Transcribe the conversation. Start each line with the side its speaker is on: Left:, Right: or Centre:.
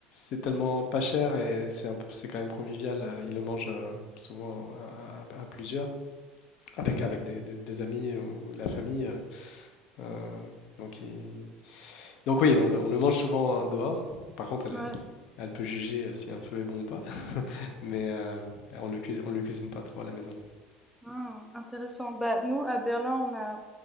Left: c'est tellement pas cher et c'est un peu- c'est quand même convivial. euh, Ils le mangent euh, souvent à, à- à plusieurs, avec, avec des, des- des amis ou de la famille. euh, euh,
Centre: Mhm.
Left: donc, il- donc oui, on le, on le mange souvent euh, dehors. Par contre, elle,
Centre: Ouais.
Left: elle peut juger euh, si un feu est bon ou pas. Mais euh, on le cui- on le cuisine pas trop à la maison.
Centre: Ah, intéressant. Bah, nous, à Berlin, on a,